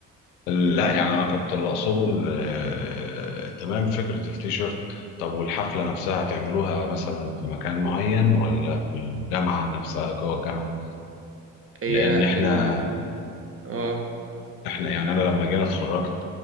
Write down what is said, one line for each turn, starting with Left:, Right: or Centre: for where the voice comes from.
Left: لا يعني انا كنت اللي اقصده إن، آه، تمام فكره التيشيرت طب والحفله نفسها هتعملوها مثلا في مكان معين ولا في الجامعه نفسها جوه الجامعه
Right: هي
Left: لان احنا
Right: ال اه
Left: احنا يعني انا لما جينا اتخرجت